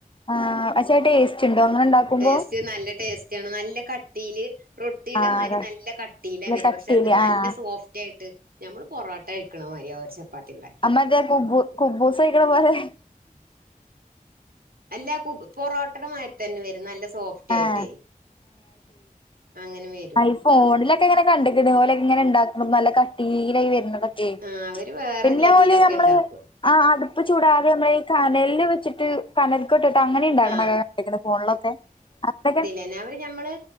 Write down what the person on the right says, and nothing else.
ടേസ്റ്റ് നല്ല ടേസ്റ്റാണ് നല്ല ക ട്ടീയില് റൊട്ടിയുടെ
മാരി
നല്ല കട്ടിയില വര
പക്ഷെ അത് നല്ല
സോഫ് റ്റയിട്ട് ഞമ്മള് പൊറോട്ട കഴിക്കണ മാരിയാ ഓരു ചപ്പാത്തിണ്ടാ
അല്ല കുബു പൊറോട്ടടെമാരിതന്നെ വരും നല്ല സോഫ് റ്റായിട്ട്
അങ്ങനെവെ
ആ അവര് വേറെ
രീതിയിലൊക്കെ
ഉണ്ടാക്കും
ആ
പിന്ന അവര് ഞമ്മള്